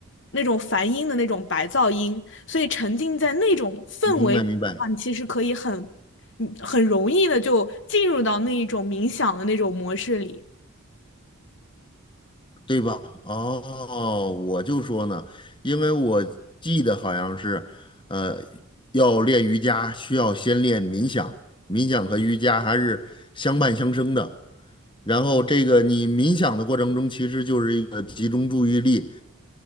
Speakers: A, on the left (about 55°); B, on the left (about 20°).
A: 那种梵音的那种白噪音，所以沉浸在那种氛围里的话，
B: 明白明白，
A: 你其实可以很，嗯很容易的就进入到那一种冥想的那种模式里。
B: 对吧？哦，我就说呢，因为我记得好像是，呃，要练瑜伽需要先练冥想，冥想和瑜伽还是相伴相生的。然后这个你冥想的过程中，其实就是一个集中注意力、